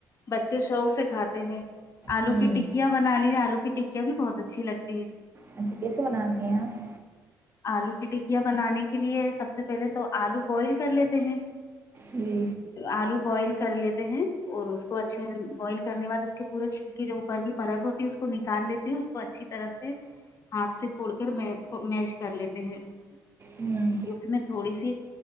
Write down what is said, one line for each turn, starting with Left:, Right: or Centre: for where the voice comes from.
Left: بچے شوق سے کھاتے تو ہوں آلو
Right: ہوں
Left: کی ٹکیاں بن لی آلو کی کیا بھی بہت اچھی لگتی ہے
Right: اچھا کیسے بناتے ہیں آپ
Left: آلو کی ٹکیاں بنانے کے لیے سب سے پہلے تو آلو بوائل کر لیتے ہیں
Right: جی
Left: اورو بئےس کر لیتے ہیں اور اس کو اچھے بوائل کرنے بع اس کے پورے چھلکی جو اوپر کی ت ہوتی ہے اس کو نکال لیتے ہیں اس کو اچھی طرح سے ہاتھ سے پھوڑ کر می کر لیتے ہیں پھر
Right: ہوں
Left: اس میں تھوڑی سی